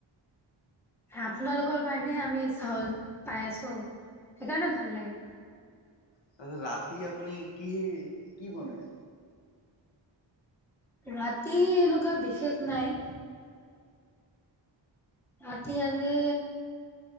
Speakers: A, in the centre; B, on the left (about 70°).
A: আপোনালোকৰ কাৰণে আমি চাউল পাই আছো, সেইকাৰণে ভাল লাগে।
B: তাৰপিছত, ৰাতি আপুনি কি কি বনাই?
A: ৰাতি এনেকুৱা বিশেষ নাই। ৰাতি আজি